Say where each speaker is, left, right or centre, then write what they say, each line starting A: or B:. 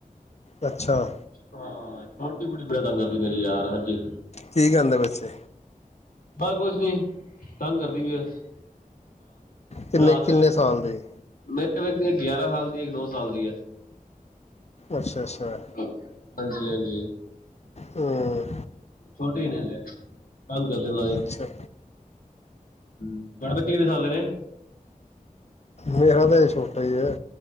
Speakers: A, on the left (about 50°); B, on the left (about 80°).
A: ਅੱਛਾ,
B: ਹਾਂ ਛੋਟੀ ਕੁੜੀ ਬੜਾ ਤੰਗ ਕਰਦੀ ਮੇਰੀ ਯਾਰ ਹਾਂਜੀ,
A: ਕੀ ਕਹਿੰਦੇ ਪਏ ਸੀ,
B: ਹਾਂ ਕੁਛ ਨੀ ਤੰਗ ਕਰਦੀ ਪਈ ਬਸ,
A: ਕਿੰਨੇ
B: ਰਾਤ-ਰਾਤ
A: ਕਿੰਨੇ
B: ਵੇ
A: ਸਾਲ ਦੇ
B: ਮੇਰੇ ਗਿਆਰਾਂ ਸਾਲ ਦੀ ਇੱਕ ਨੌ ਸਾਲ ਦੀ ਹੈ
A: ਅੱਛਾ ਅੱਛਾ
B: ਹਾਂਜੀ-ਹਾਂਜੀ।
A: ਹੂੰ
B: ਛੋਟੇ ਹੀ ਨੇ ਹਾਲੇ ਤੰਗ ਕਰਦੇ <unintelligible> ਹੂੰ
A: ਅੱਛਾ
B: ਤੁਹਾਡੇ ਬੱਚੇ ਕਿੰਨੇ ਸਾਲ ਦੇ ਨੇ
A: ਮੇਰਾ ਤਾ ਏ ਛੋਟਾ ਈ ਐ।